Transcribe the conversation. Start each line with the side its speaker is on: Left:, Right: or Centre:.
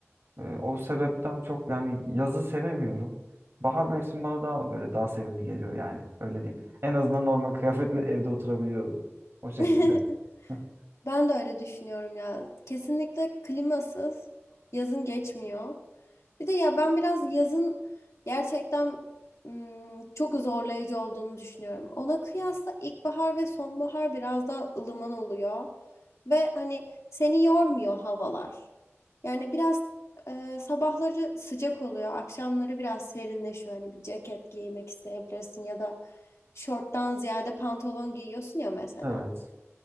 Right: Ee, o sebepten çok yani yazı sevemiyorum. Bahar mevsimi bana daha böyle daha sevimli geliyor yani. Öyle diyeyim. En azından normal <laughs> kıyafetle evde oturabiliyorum. O şekilde.
Left: <laughs>
Right: <laughs>
Left: Ben de öyle düşünüyorum ya. Kesinlikle klimasız yazın geçmiyor. Bir de ya ben biraz yazın gerçekten ım, çok zorlayıcı olduğunu düşünüyorum. Ona kıyasla ilkbahar ve sonbahar biraz daha ılıman oluyor. Ve hani seni yormuyor havalar. Yani biraz e, sabahları sıcak oluyor, akşamları biraz serinleşiyor. Hani bir ceket giymek isteyebilirsin ya da şorttan ziyade pantolon giyiyorsun ya mesela.
Right: Evet.